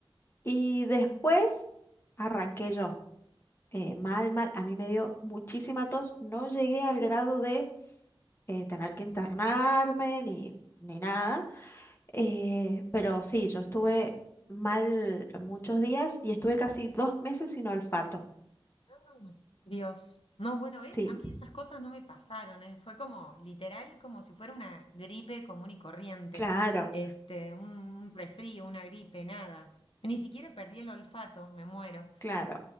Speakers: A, on the left; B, on the left.
A: Y después arranqué yo. eh, mal, mal. A mí me dio muchísima tos. No llegué al grado de eh, tener que internarme ni, ni nada. eh, pero sí, yo estuve mal muchos días y estuve casi dos meses sin olfato.
B: Mm. Dios. No, bueno,
A: Sí,
B: ¿ves? A mí esas cosas no me pasaron, ¿eh? Fue como literal, como si fuera una gripe común y corriente,
A: claro.
B: este, un, un resfrío, una gripe, nada. Ni siquiera perdí el olfato, me muero.
A: Claro.